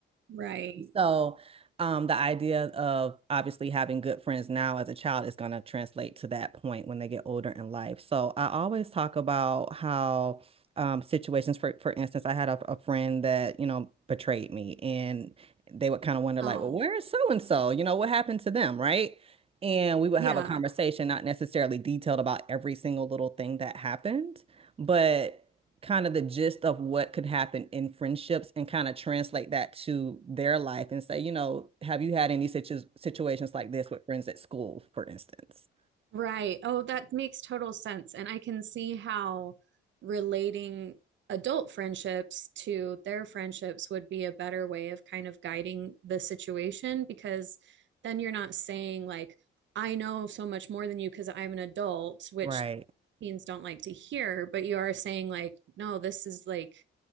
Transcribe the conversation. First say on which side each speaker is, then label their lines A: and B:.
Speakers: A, on the right; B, on the right.
A: Right.
B: So, um, the idea of obviously having good friends now as a child is going to translate to that point when they get older in life. So, I always talk about how um, situations, for for instance, I had a, a friend that, you know, betrayed me, and they would kind of wonder,
A: Oh,
B: like, well, where is so and so? You know, what happened to them, right? And we would
A: yeah.
B: have a conversation, not necessarily detailed about every single little thing that happened, but kind of the gist of what could happen in friendships and kind of translate that to their life and say, you know, have you had any situ situations like this with friends at school, for instance?
A: Right. Oh, that makes total sense. And I can see how relating adult friendships to their friendships would be a better way of kind of guiding the situation because then you're not saying, like, I know so much more than you because I'm an adult, which
B: Right.
A: teens don't like to hear, but you are saying, like, no, this is like,